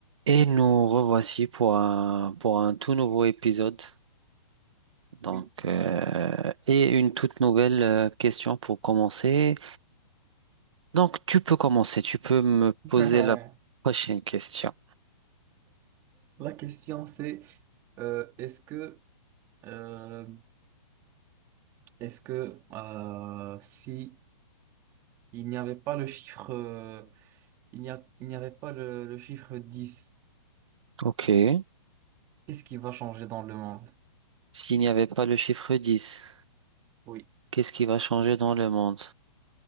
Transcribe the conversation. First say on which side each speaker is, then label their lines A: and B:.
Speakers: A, on the right (about 65°); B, on the right (about 15°).
A: Et nous revoici pour un, pour un tout nouveau épisode. Donc,
B: Oui.
A: euh, et une toute nouvelle euh, question pour commencer. Donc, tu peux commencer. Tu peux me poser
B: <laughs> La
A: la prochaine question.
B: question c'est euh, est-ce que euh, est-ce que euh, si il n'y avait pas le chiffre euh, il n'y a- il n'y avait pas le, le chiffre dix
A: OK.
B: qu'est-ce qui va changer dans le monde?
A: S'il n'y avait pas le chiffre dix
B: Oui.
A: qu'est-ce qui va changer dans le monde?